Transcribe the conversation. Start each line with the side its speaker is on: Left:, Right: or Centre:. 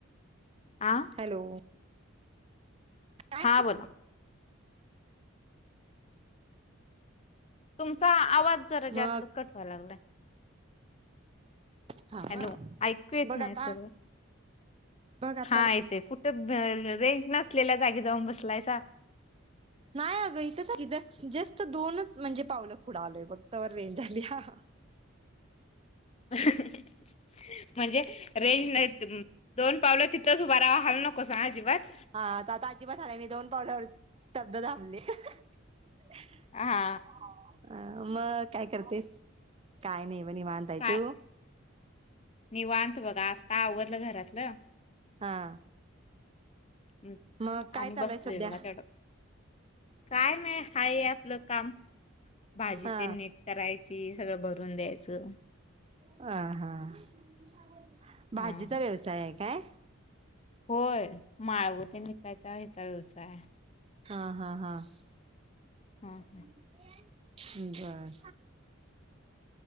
Left: आ
Right: हॅलो काय
Left: हा बोला तुमचा आवाज जरा जास्त
Right: मग
Left: कट व्हाय लागलाय
Right: थांब
Left: हॅलो
Right: हं
Left: ऐकू येत
Right: बघ
Left: नाही
Right: आता
Left: सर
Right: बघ आता
Left: हां येतेय कुठ रेंज नसलेल्या जागी जाऊन बसलाय सा
Right: नाही अगं इथ जस्ट दोनच म्हणजे पावलं पुढं आलोय बघ तवर रेंज आलीया हं हं
Left: ह ह ह ह म्हणजे रेंज नाही तर दोन पावलं तिथंच उभारावा हलू नकोसां अजिबात
Right: हा आता आजीबात हलाय नाही दोन पावलावर स्तब्ध थांबले ह ह ही
Left: हा
Right: अ मग काय करतेस काय नाही बघ निवांत हाय बघ
Left: काय
Right: तू
Left: निवांत बघा आता आवरलं घरातलं.
Right: हा.
Left: हम्म
Right: मग काय
Left: आणि
Right: चालू
Left: बसलोय
Right: आहे सध्या
Left: बघा तेवढ. काय नाय हाय हे आपलं काम भाजी
Right: हा
Left: ते नीट करायची, सगळं भरून द्यायचं.
Right: हा हा <unintelligible> भाजीचा
Left: हा हा
Right: व्यवसाय आहे काय?
Left: होय माळव तेन विकायचा, ह्याचा व्यवसाय हाय.
Right: हा, हा, हा, हा.
Left: हा हा
Right: <inaudible> बर,